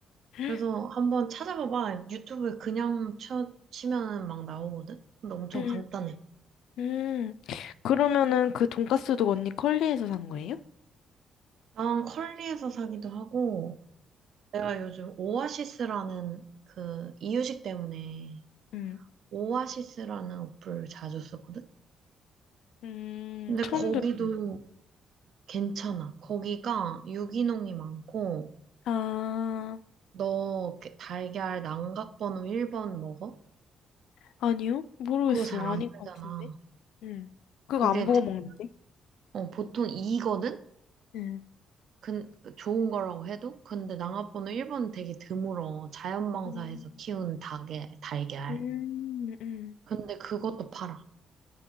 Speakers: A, on the left; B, on the right.
A: <gasps>
B: 그래서 한번 찾아봐봐. 유튜브에 그냥 쳐, 치면은 막 나오거든? 근데 엄청
A: 음,
B: 간단해.
A: 음. 그러면은 그 돈가스도 언니 컬리에서 산 거예요?
B: 난 컬리에서 사기도 하고, 내가 요즘 오아시스라는 그 이유식 때문에
A: 음.
B: 오아시스라는 어플 자주 쓰거든?
A: 음,
B: 근데
A: 처음
B: 거기도
A: 들어보네.
B: 괜찮아. 거기가 유기농이 많고,
A: 아,
B: 너 게- 달걀 난각번호 1번 먹어?
A: 아니요? 모르겠어.
B: 그거 잘
A: 아닌
B: 안 팔잖아.
A: 것 같은데. 음. 그거
B: 그게
A: 안 보고
B: 대-
A: 먹는데?
B: 어, 보통 2거든?
A: 음.
B: 근, 그 좋은 거라고 해도? 근데 난각번호 1번은 되게 드물어. 자연방사해서
A: 음,
B: 키운 닭의 달걀.
A: 음, 음.
B: 근데 그것도 팔아.